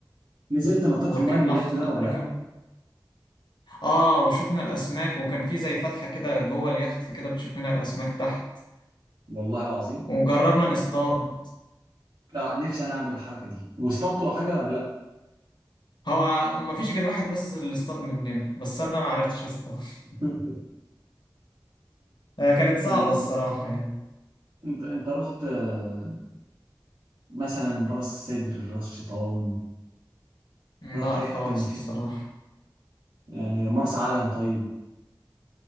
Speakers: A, on the right (about 85°); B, on the left (about 70°).
A: نزلت نطيت
B: وركبنا
A: في المايه باليخت
B: حص...
A: ده
B: وركب
A: ولا لا
B: اه وشفنا الأسماك وكان في زي فتحة كده جوه اليخت كده بتشوف منها الأسماك تحت
A: والله العظيم
B: وجربنا نصطاد
A: آه نفسي انا اعمل الحركه دي واصطادت حاجه ولا
B: هو ما فيش غير واحد بس اللي اصطاد مننا بس انا ما عرفتش اصطاد <laughs>
A: لا <laughs>
B: آه، كانت صعبة
A: آه،
B: الصراحة يعني
A: انت انت رحت آه، مثلا راس سدر راس شيطان
B: لا
A: رحت اي
B: خالص
A: حته من الحتت
B: الصراحة
A: دي يعني مرسى علم طيب